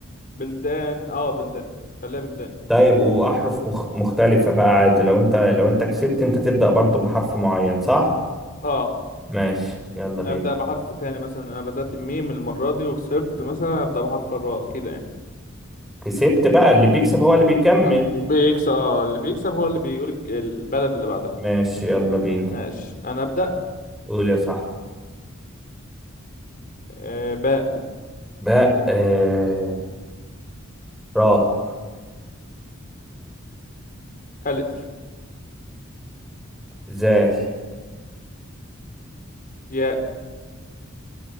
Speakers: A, on the left; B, in the centre.
A: بلدان اه بلدان خليها بلدان
B: طيب واحرف مخ... مختلفة بقى عادي لو انت لو انت كسبت انت تبدأ برضو بحرف معين صح
A: اه
B: ماشي يلا بينا
A: ابدا بحرف تاني مثلا انا بدات بميم المره دي وخسرت مثلا ابدا بحرف الراء كده يعني
B: كسبت بقى اللي بيكسب هو اللي بيكمل
A: آه، بيكسب اه اللي بيكسب هو اللي بيقول الج- البلد اللي بعدها
B: ماشي يلا بينا
A: ماشي انا ابدا
B: قول يا صاحبي
A: آه، باء
B: بقى آه... راه
A: الف
B: زال
A: ياء